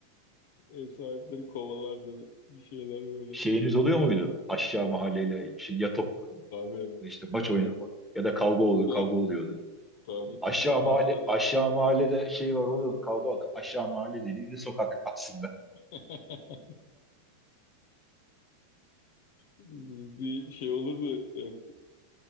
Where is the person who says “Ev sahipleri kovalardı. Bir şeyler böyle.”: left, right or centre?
Left